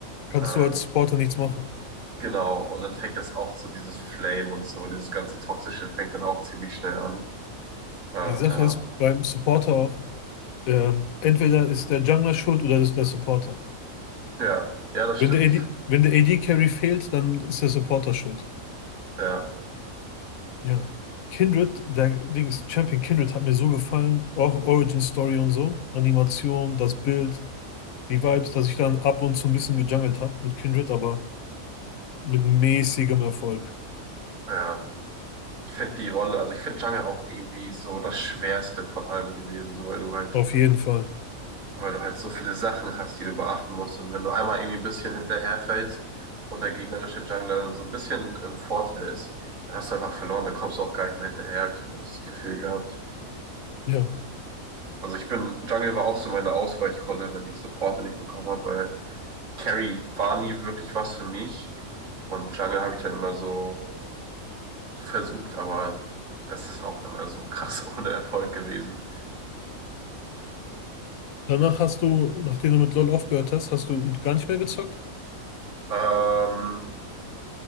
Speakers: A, on the left; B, on the right.
A: Kannst
B: äh,
A: du als Supporter nichts machen.
B: genau, und dann fängt das auch so dieses Flame und so, dieses ganze Toxische fängt dann auch ziemlich schnell an. Äh, ja.
A: Die Sache ist beim Supporter auch, ähm, entweder ist der Jungler schuld oder ist der Supporter.
B: Ja, ja, das
A: Wenn
B: stimmt.
A: der AD, wenn der AD-Carry fehlt, dann ist der Supporter schuld.
B: Ja,
A: Ja. Kindred, der Dings, Champion Kindred hat mir so gefallen. Auch Origin Story und so. Animation, das Bild, die Vibes, dass ich dann ab und zu ein bisschen gejungelt habe mit Kindred, aber mit mäßigem Erfolg.
B: ja. Ich finde die Rolle, also ich finde Jungle auch irgendwie so das Schwerste von allem gewesen, so weil du halt,
A: Auf jeden Fall.
B: weil du halt so viele Sachen hast, die du beachten musst. Und wenn du einmal irgendwie ein bisschen hinterherfällst und der gegnerische Jungler dann so ein bisschen im Vorteil ist, dann hast du einfach verloren, dann kommst du auch gar nicht mehr hinterher, hab ich immer das Gefühl gehabt.
A: Ja.
B: Also ich bin, Jungle war auch so meine Ausweichrolle, wenn ich Supporte nicht bekommen habe, weil Carry war nie wirklich was für mich. Und Jungle habe ich dann immer so versucht, aber das ist auch immer so krass <laughs> ohne Erfolg gewesen.
A: Danach hast du, nachdem du mit LoL aufgehört hast, hast du gar nicht mehr gezockt?
B: Ähm,